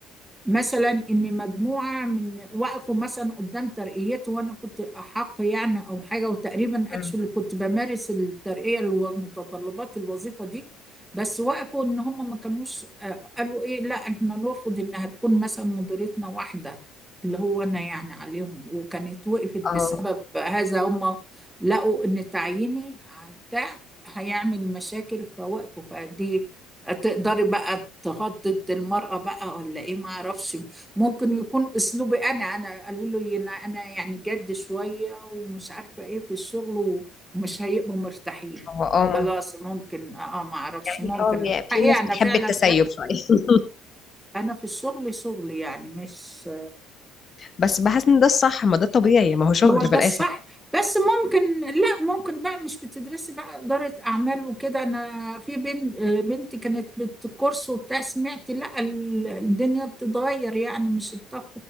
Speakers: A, in the centre; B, on the left.
A: مثلا ان مجموعه من وقفوا مثلا قدام ترقيته وانا كنت احق يعني او حاجه وتقريبا
B: مم.
A: اكشلي كنت بمارس الترقيه والمتطلبات الوظيفه دي بس وقفوا ان هم ما كانوش آه، قالوا ايه لا احنا نرفض انها تكون مثلا مديرتنا واحده اللي هو انا يعني عليهم وكانت وقفت
B: اه
A: بسبب هذا هم لقوا ان تعييني على بتاع هيعمل مشاكل فوقفوا فدي تقدري بقى تهدد المرأة بقى ولا ايه ما اعرفش ممكن يكون اسلوبي انا انا قالوا لي انا انا يعني جد شوية ومش عارفة ايه في الشغل ومش هيبقوا مرتاحين
B: هو اه ممكن
A: خلاص ممكن اه ما اعرفش
B: يعني
A: ممكن
B: اه يعني في
A: حقيقة
B: ناس
A: انا
B: بتحب
A: فعلا
B: التسيب
A: جد
B: شوية
A: انا في الشغل شغل يعني مش
B: <laughs> بس بحس ان ده الصح ما ده طبيعي ما هو شغل
A: هو ده
B: في الآخر
A: الصح بس ممكن لا ممكن بقى مش بتدرسي بقى إدارة أعمال وكده أنا في بنت بنتي كانت بالكورس وبتاع سمعت لا ال- الدنيا بتتغير يعني مش الطف